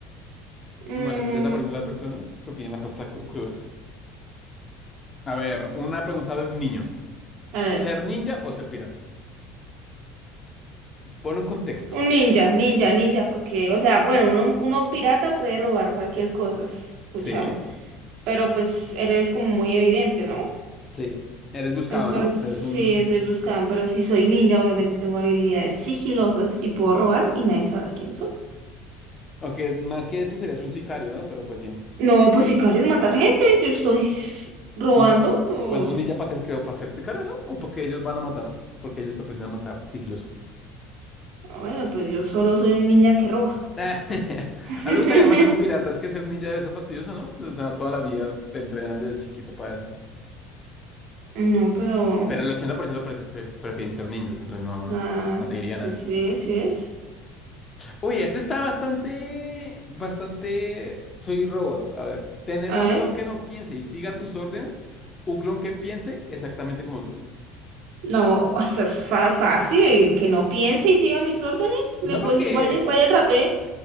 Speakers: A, on the right (about 70°); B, on the left (about 25°).
A: Mm,
B: Bueno, sesenta por ciento de las personas prefieren la pasta cru- cruda. A ver, una pregunta de un niño.
A: a ver,
B: ¿Ser ninja o ser pirata? Ponlo en contexto.
A: un ninja, ninja, ninja, porque, o sea, bueno, uno, uno pirata puede robar cualquier cosa, escuchado,
B: Sí.
A: pero pues eres como muy evidente, ¿no?
B: Sí, eres buscado,
A: Entonces,
B: ¿no? Eres
A: sí,
B: un...
A: soy buscada, pero si soy ninja, obviamente tengo habilidades sigilosas y puedo robar y nadie sabrá quién soy.
B: Aunque más que eso serías un sicario, ¿no? Pero pues sí.
A: No, pues sicario es matar gente. Yo estoy s- robando
B: Un...
A: por...
B: Pues un ninja para qué se creó, para ser sicario, ¿no? O porque ellos van a matar. Porque ellos aprenden a matar sigiloso.
A: Ah, Bueno, pues yo solo soy un ninja que roba.
B: <laughs> A
A: <laughs>
B: mí me gustaría más ser un pirata. Es que ser ninja debe ser fastidioso, ¿no? O sea, toda la vida te entrenan desde chiquito para eso.
A: No, pero...
B: Pero el 80% pre- pre- prefieren ser ninjas, entonces no,
A: Ah,
B: no te diría
A: sí, sí, sí es.
B: Uy, ese está bastante, bastante. Soy robot. A ver, tener
A: A
B: un
A: ver.
B: clon que no piense y siga tus órdenes, un clon que piense exactamente como tú.
A: No, o sea, es fa- fácil. Que no piense y siga mis órdenes. Le
B: No
A: puedo
B: porque
A: decir, vaya, vaya, atrapé.